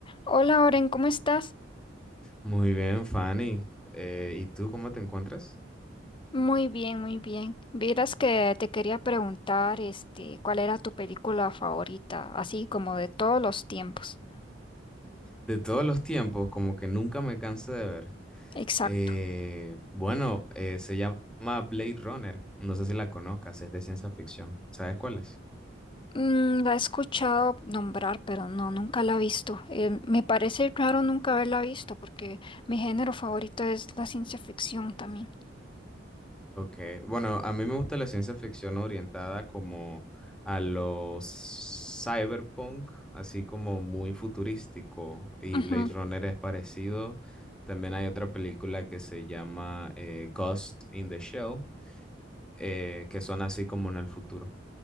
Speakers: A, on the left; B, in the centre.
A: Hola, Oren, ¿cómo estás?
B: Muy bien, Fanny. Eh, ¿y tú cómo te encuentras?
A: Muy bien, muy bien. Vieras que te quería preguntar, este, ¿cuál era tu película favorita? Así como de todos los tiempos.
B: De todos los tiempos, como que nunca me canso de ver.
A: Exacto.
B: Eh, bueno, eh, se llama Blade Runner. No sé si la conozcas, es de ciencia ficción. ¿Sabes cuál es?
A: Mm, la he escuchado nombrar, pero no, nunca la he visto. Eh, me parece raro nunca haberla visto, porque mi género favorito es la ciencia ficción también.
B: Ok, bueno, a mí me gusta la ciencia ficción orientada como a los cyberpunk, así como muy futurístico, y
A: Ujú.
B: Blade Runner es parecido. También hay otra película que se llama eh, Ghost in the Shell, eh, que son así como en el futuro.